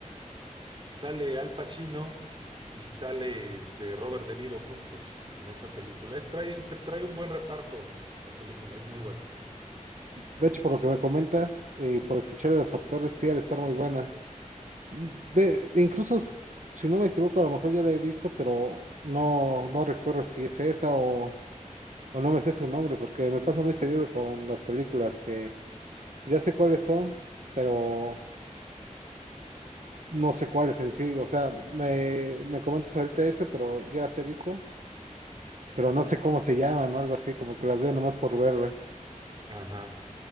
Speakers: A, on the right; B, on the right.
A: Sale Al Pacino y sale este Robert De Niro juntos en esa película. Es- trae, te- trae un buen reparto la película, es muy buena.
B: De hecho, por lo que me comentas y por escuchar a los actores, sí, al estar muy buena. De, incluso, s- si no me equivoco, a lo mejor ya la he visto, pero no, no recuerdo si es esa o, o no me sé su nombre, porque me pasa muy seguido con las películas que ya sé cuáles son, pero. No sé cuáles en sí, o sea, me, me comentas ahorita eso, pero ya las he visto, pero no sé cómo se llaman o algo así, como que las veo nomás por verlas.
A: Ajá.